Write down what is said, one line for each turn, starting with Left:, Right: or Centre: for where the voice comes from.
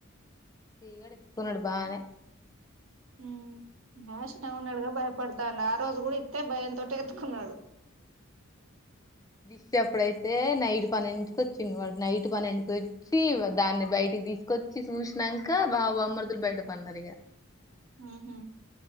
Left: తీగాడు ఎత్తుకున్నాడు బానే
Right: ఉమ్ బాష్ట ఉన్నాడుగా భయపడ్తాన్న ఆ రోజు గూడా ఇతై భయంతోటే ఎత్తుకున్నాడు
Left: దిష్టఅప్పుడేతే నైట్ పన్నెండింట్టికి ఒచ్చిండు వాడు నైట్ పన్నెండింటికి వోయ్ చీవ దాన్ని బైటికి దిస్కొచ్చి చూష్నాంకా బావబమ్మర్తులు బైట పన్నారు ఇగ
Right: ఉహు